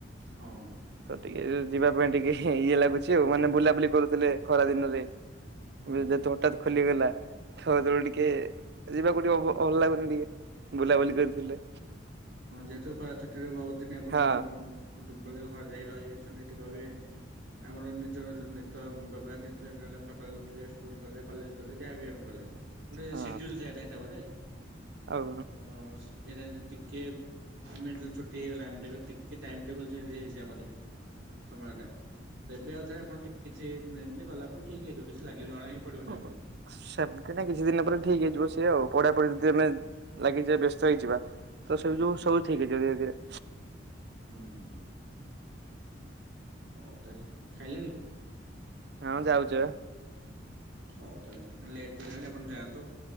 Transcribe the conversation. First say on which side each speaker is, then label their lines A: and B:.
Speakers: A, on the right (about 75°); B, on the right (about 60°).
A: ହଁ।
B: ତ ଟିକେ ଯିବା ପାଇଁ ଟିକେ ଇଏ ଲାଗୁଛି ଆଉ ମାନେ ବୁଲାବୁଲି କରୁଥିଲେ ଖରା ଦିନରେ।
A: ହଁ
B: ଯେହେତୁ ହଠାତ ଖୋଲିଗଲା ତ ହେତୋବେଳେ ଟିକେ ଯିବାକୁ ଟିକେ ଅଭ୍ ଭଲ ଲାଗୁନି ଟିକେ। ବୁଲାବୁଲି କରିଥିଲେ।
A: ହଁ ଯେହେତୁ ଖରା ଛୁଟିରେ ବୋହୁତ ଦିନ ଆପଣ
B: ହଁ
A: ବଲେ ଘରେ ରହିଯାଇଛନ୍ତି ଟିକ ବି ଆମର ନିଜର ଯୋଉ ନିତ ବ୍ୟବହାର ଜିନିଷ ଜେନ୍ତି ହେଲା ଆମେ ସକାଳୁ ଉଠିଲେ ସ୍କୁଲ ଗଲେ କଲେଜ କଲେ ଯାହାବି ଆମେ କଲେ ଗୋଟେ
B: ହଁ
A: ସିଡି୍ୟୁଲ ଥାଏ ନା ହେଟା ଗୋଟେ।
B: ଆଉ
A: ତ ଏଇଟା ଟିକେ ଏମିତି ଯେତୋବେଳେ ଛୁଟି ହେଇଗଲାମ ଇମତି ଟିକେ ଟାଇମ୍ ଟେବୁଲ୍ ଚେଞ୍ଜ ହେଇଯାଇଚି ଆମରି। ସମୟ ଟା ତ ଏବେ ଆଉ ଥରେ ଆପଣ କିଛି ଗଲା ପରେ ଠିକ ହେଇଯିବ କିଛି ଲାଗିବ ଜଣା ହିଁ ପଡିବନି
B: ହଁ।
A: ଆପଣଙ୍କୁ।
B: ସେମିତି ନା କିଛି ଦିନ ପରେ ଠିକ ହେଇଯିବ ସିଏ ଆଉ ପଢା ପଢି ଯଦି ଆମେ ଲାଗିଯ ବ୍ୟସ୍ତ ହେଇଯିବା। ତ ସେବ
A: ହଁ
B: ଯୋଉ
A: ହଁ।
B: ସବୁ ଠିକ ହେଇଯିବ ଧୀରେ ଧୀରେ।
A: ହୁଁ ହୋଉ ତାହେଲେ ଖାଇଲେଣି?
B: ହଁ ଯାଉଚି ପା।
A: ହୋଉ ତାହେଲେ ଆପଣ ଲେଟ୍ ହେଲାଣି ଆପଣ ଯାଆନ୍ତୁ।